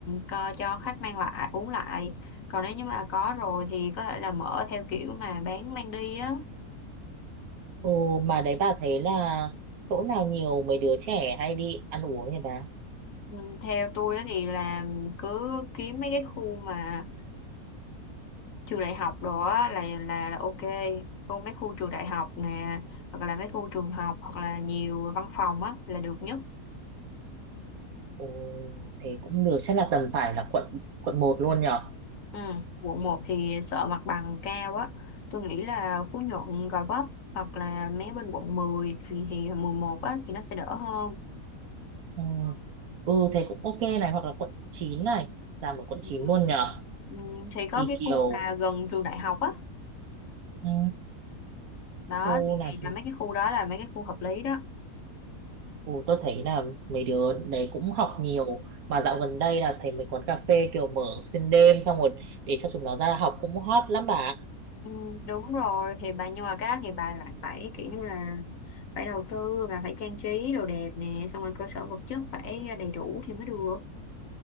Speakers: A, on the left; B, on the right.
A: co- cho khách mang lại uống lại còn nếu như mà có rồi thì có thể là mở theo kiểu mà bán mang đi á
B: ồ mà đấy bà thấy là chỗ nào nhiều mấy đứa trẻ hay đi ăn uống nhỉ bà
A: Ừ, theo tôi á thì là cứ kiếm mấy cái khu mà trường đại học đó á, là là là ok còn mấy khu trường đại học nè hoặc là mấy khu trường học hoặc là nhiều văn phòng á là được nhất
B: Ồ, thế cũng được chắc là tầm phải là quận quận một luôn nhở
A: ừ. quận một thì sợ mặt bằng cao á tôi nghĩ là Phú Nhuận Gò Vấp hoặc là mấy bên quận 10 thì thì 11 á thì nó sẽ đỡ hơn
B: ừ. ừ thế cũng ok này hoặc là quận 9 này làm ở quận
A: ừ.
B: 9 luôn nhở
A: Ừ, thì có
B: đi
A: cái
B: kiểu
A: khu mà gần trường đại học á
B: ừ.
A: đó
B: cô
A: thì,
B: là
A: thì là mấy cái khu đó là mấy cái khu hợp lý đó
B: ừ, tôi thấy là mấy đứa đấy cũng học nhiều mà dạo gần đây là thấy mấy quán cà phê kiểu mở xuyên đêm xong rồi để cho chúng nó ra học cũng hot lắm bà ạ.
A: Ừ, đúng rồi thì bà nhưng mà cái đó thì bà lại phải kiểu như là phải đầu tư và phải trang trí đồ đẹp nè xong rồi cơ sở vật chất phải đầy đủ thì mới được